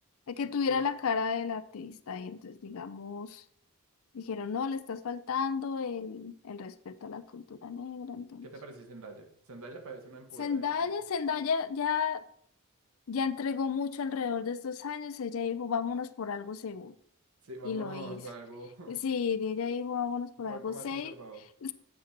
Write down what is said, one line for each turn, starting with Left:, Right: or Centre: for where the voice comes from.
Left: de que tuviera
Right: Los-
Left: la cara de la activista. Y entonces, digamos, dijeron, no, le estás faltando el, el respeto a la cultura negra. Entonces,
Right: ¿Qué te parece Zendaya? Zendaya parece una empoderada
Left: Zendaya,
Right: de su tiempo.
Left: Zendaya ya, ya entregó mucho alrededor de estos años. Ella dijo, vámonos por algo seguro.
Right: Sí, vámonos
Left: Y lo hizo.
Right: por algo <laughs>
Left: Sí, y ella dijo, vámonos por
Right: un poco
Left: algo
Right: más
Left: safe.
Right: conservador.
Left: <laughs>